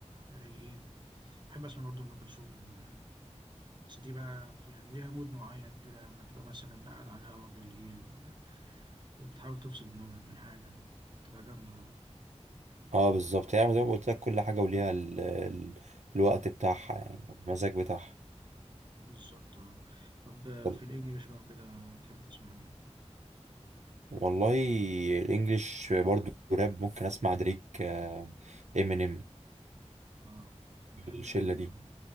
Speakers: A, on the right; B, on the right.
A: رايقين بحب اسمع برضه ام كلثوم بس دي بقى في يعني ليها مود معين كده لما تبقى مثلا قاعد على القهوة بالليل ولا بتحاول تفصل دماغك من حاجة تبقى جامدة ولا
B: اه بالظبط يعني زي ما قلت لك كل حاجة وليها ال... ال... الوقت بتاعها يعني والمزاج بتاعها
A: بالظبط آه. طب آه،
B: طب
A: في الإنجليش بقى وكده تحب تسمع مين؟
B: والله الانجليش برضه راب ممكن اسمع دريك امينيم
A: اه أنا بحب
B: الشلة
A: إمينيم
B: دي
A: برضه